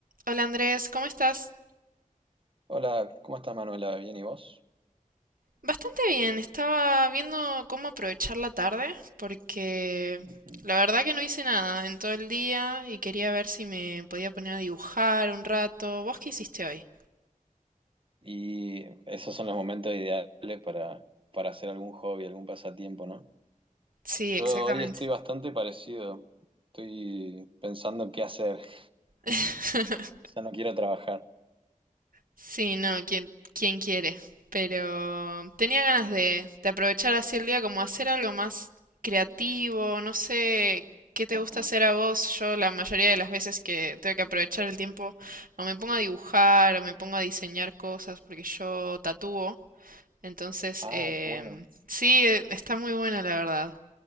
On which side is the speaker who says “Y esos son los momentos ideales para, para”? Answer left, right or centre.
Right